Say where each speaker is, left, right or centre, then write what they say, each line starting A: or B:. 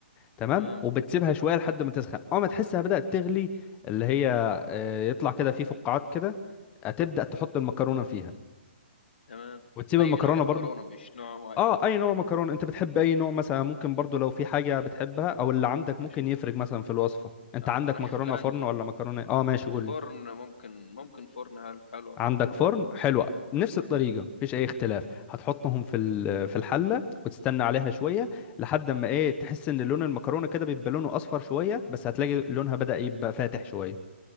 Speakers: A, on the left (about 20°); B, on the left (about 70°).
A: تمام
B: تمام
A: وبتسيبها شويه لحد ما تسخن اول ما تحسها بدات تغلي اللي هي آه، يطلع كده فيه فقاعات كده هتبدا تحط المكرونه فيها
B: تمام
A: وتسيب
B: اي
A: المكرونه
B: نوع مكرونه
A: برضه
B: مش نوع معين
A: اه اي نوع مكرونه انت بتحب اي نوع مثلا ممكن برضه لو في حاجه بتحبها او اللي عندك ممكن
B: اشوف
A: يفرق مثلا في الوصفه انت
B: انا
A: عندك
B: اشوف
A: مكرونه
B: اللي عندي
A: فرن ولا مكرونه اه ماشي قول لي
B: فرن ممكن ممكن فرن حلو حلو الفرن
A: عندك
B: بحبه
A: فرن حلوه
B: اصلا
A: نفس الطريقه مفيش اي اختلاف هتحطهم في ال- في الحله وتستنى عليها شويه لحد ما ايه تحس ان لون المكرونه كده بيبقى لونه اصفر شويه بس هتلاقي لونها بدأ يبقى فاتح شويه